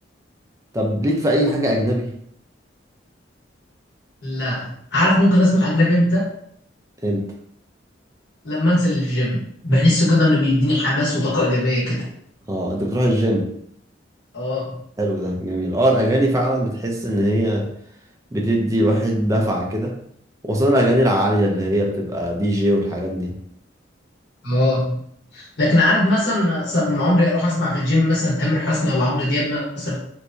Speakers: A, on the right; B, on the left.
A: طب ليك في اي حاجه اجنبي
B: لا عارف ممكن اسمع اجنبي امتى
A: امتى
B: لما انزل الجيم بحس كده انه بيديني حماس وطاقه ايجابيه كده
A: اه انت بتروح الجيم
B: اه
A: حلو ده جميل اه الاغاني فعلا بتحس ان هي بتدي الواحد دفعه كده وخصوصا الاغاني العاليه اللي هي بتبقى دي جي والحاجات دي
B: اه لكن عارف مثلا مثلا عمري اروح اسمع في الجيم مثلا تامر حسني ولا عمرو دياب مثلا